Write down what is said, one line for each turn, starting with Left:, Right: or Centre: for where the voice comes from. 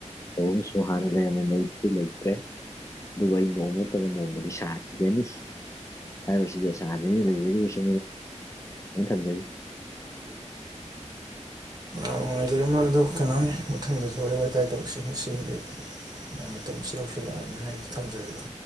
Left: ꯇꯧꯟꯁꯨ ꯍꯥꯏꯥꯟꯅ ꯂꯩꯅ ꯃꯩꯇꯔꯤ ꯂꯩꯇ꯭ꯔꯦ ꯑꯗꯨꯒ ꯑꯩ ꯅꯣꯡꯃ ꯅꯠꯇ꯭ꯔꯒ ꯅꯣꯡꯃꯗꯤ ꯁꯥꯈꯤꯒꯅꯤ ꯍꯥꯏꯕꯁꯤꯒꯤ ꯑꯁꯖꯩ ꯂꯩꯖꯔꯤꯕꯁꯤ ꯑ ꯊꯝꯖꯒꯦ
Right: ꯌꯥꯝ ꯅꯨꯡꯉꯥꯏꯖꯔ ꯃꯔ ꯑꯗꯣ ꯀꯩꯅꯣꯅꯤ ꯃꯊꯪꯗꯁꯨ ꯋꯥꯔꯤ ꯋꯥꯇꯥꯏ ꯇꯧꯁꯤ ꯉꯁꯤꯒꯤꯗꯤ ꯃꯇꯝꯁꯤ ꯌꯧꯁꯤꯜꯂꯛꯑꯕꯅꯤꯅ ꯑꯩ ꯊꯝꯖꯔꯒꯦ